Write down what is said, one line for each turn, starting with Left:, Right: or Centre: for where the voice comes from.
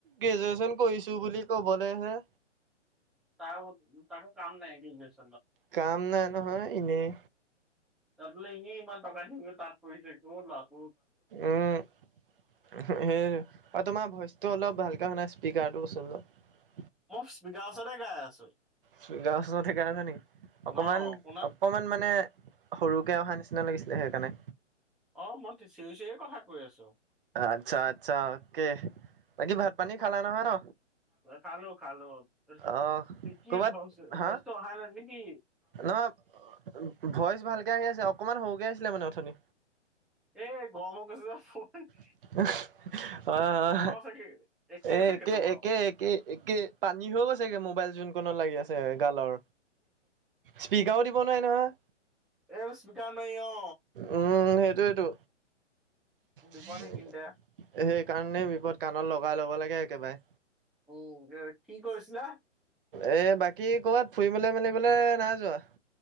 Right: গ্ৰেজুৱেচন কৰিছো বুলি ক'বলৈহে।
Centre: তাকো-তাকো কাম নাই এইটো ইউনিভাৰচ
Right: কাম নাই নহয়, এনেই।
Centre: তাত বোলে ইনেই ইমান টকা দি তাত পঢ়ি থাকিবও নোৱাৰো
Right: উম, সেই অ' তোমাৰ ভইচ টো অলপ ভালকে অহা নাই, স্পীকাৰটো ওচৰত লোৱা।
Centre: মই স্পীকাৰ ওচৰতে গাই আছো।
Right: স্পীকাৰ ওচৰতে গৈ আছা নেকি, অকমাণ-অকমান
Centre: অ শুনা
Right: মানে সৰুকে অহা নিচিনা লাগিছিলে সেইকাৰণে।
Centre: অ', মই চিঞৰি চিঞৰিয়ে কথা কৈ আছো।
Right: আচ্ছা আচ্ছা, অ'কে। বাকী ভাত পানী
Centre: <unintelligible>
Right: খালা নহয় ন?
Centre: খালো খালো। গাৰ্লফ্ৰেণ্ড,
Right: অহ
Centre: কি
Right: কৰ'বাত
Centre: ভইচ-ভইচটো
Right: হা
Centre: আহা নাই নে কি?
Right: নহয়, ভইচ ভালকে আহি আছে, অকমান সৰুকে আহিছিলে মানে অথনি
Centre: এ গৰমত <unintelligible>
Right: <unintelligible> হয়, হয়,,
Centre: চাগে একেই
Right: এ
Centre: চাগে
Right: একে
Centre: তোমাৰো
Right: একে একে একে পানী হৈ গৈছেগে মোবাই জোনকনত লাগি আছে
Centre: এ
Right: গালৰ, স্পীকাৰো দিব নোৱাৰি নহয়।
Centre: এইটো স্পীকাৰ নাই অ,
Right: উম, সেইটোৱেইটো। সেইকাৰণে
Centre: বিপদ সেইখিনিতে
Right: বিপদ কাণত লগাই লব লাগে একেবাৰে।
Centre: উম, কি কৰছিলা?
Right: এ বাকী ক'বাত ফুৰিবলৈ মেলিবলে নাই যোৱা?